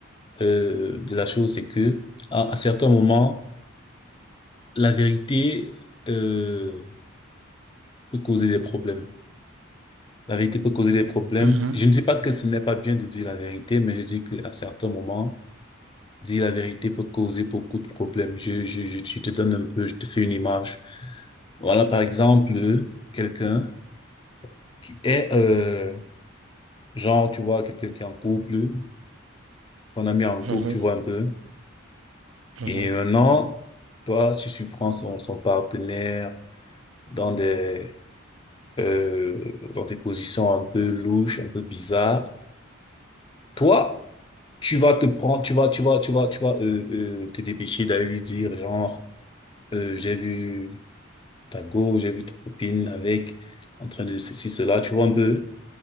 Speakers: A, on the left; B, on the right.
A: euh, de la chose, c'est que à, à certains moments, la vérité euh, peut causer des problèmes. La vérité peut causer des problèmes.
B: Mhm.
A: Je ne dis pas que ce n'est pas bien de dire la vérité, mais je dis qu'à certains moments Dire la vérité peut causer beaucoup de problèmes. Je, je, je, je te donne un peu, je te fais une image. Voilà, par exemple, euh, quelqu'un qui est, euh, genre, tu vois, quelqu'un qui est en couple, ton ami est en couple,
B: Mhm,
A: tu vois un peu.
B: mhm.
A: Et maintenant, toi, tu surprends son, son partenaire dans des, euh, dans des positions un peu louches, un peu bizarres. Toi, tu vas te prendre, tu vas, tu vas, tu vas, tu vas, euh, euh, te dépêcher d'aller lui dire, genre, euh, j'ai vu ta go, j'ai vu ta copine avec, en train de ceci, cela, tu vois un peu.